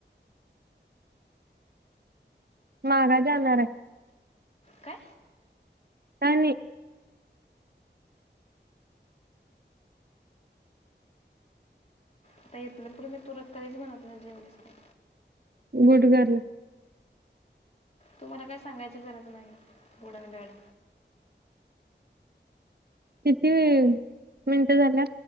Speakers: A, on the right; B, on the left.
A: मागाय जाणार आहे.
B: काय
A: काय नई
B: आता हीतन फूड मी तुला कधीच म्हणत नाही जेवलीस काय,
A: गुड गर्ल
B: तु मला काही सांगायची गरज नाही गुड आणि बॅड
A: किती वेळ मिनटं झाल्या